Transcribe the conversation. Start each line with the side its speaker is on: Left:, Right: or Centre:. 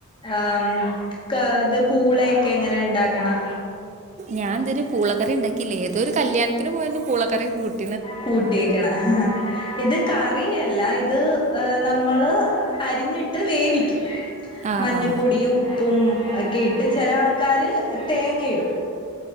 Left: ആം കാ ത് പൂളയെക്കെ എങ്ങന ണ്ടാക്കണാ?
Right: ഞാൻന്ത്‌ വരെ പൂളക്കറി ണ്ടാക്കിയില്ല ഏതൊരു കല്യാണത്തിന് പോയന്ന് പൂളക്കറി കൂട്ട-
Left: കൂട്ടീക്ക്ണ് ഇത് കറി അല്ലാ ഇത് നമ്മള് അരിഞ്ഞിട്ട് വേവിക്കും
Right: ആ
Left: മഞ്ഞപ്പൊടിയും
Right: ആ
Left: ഉ- പ്പും ഒക്കെ ഇട്ട് ചെലാ ആൾക്കാര് തേങ്ങയിടും.